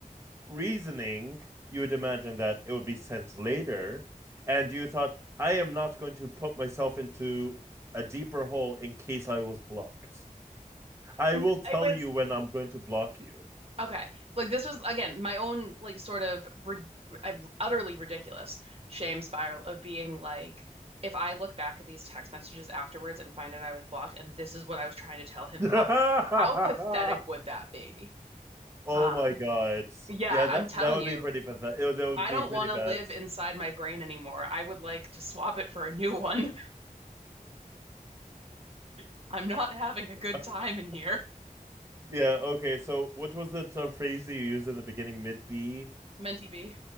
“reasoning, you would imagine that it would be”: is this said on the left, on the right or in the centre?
Right